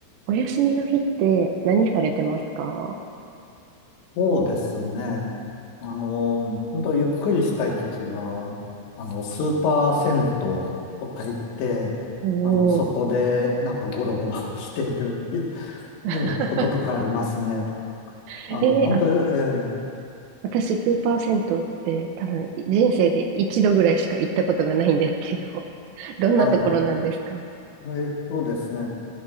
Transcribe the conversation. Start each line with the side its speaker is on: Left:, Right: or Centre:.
Right: お休みの日って何されてますか
Left: そうですね。あの、本当ゆっくりしたいときは、あの、スーパー銭湯とか行って、
Right: おー。
Left: あの、そこでなんかゴロゴロ <laughs> している、
Right: <laughs>
Left: うんこととかありますね。
Right: えーあ、
Left: あの、本当、ええ
Right: 私、スーパー銭湯って多分人生で一度ぐらいしか行ったことがないんですけど、<laughs> どんなところなんですか
Left: はい。えっとですね。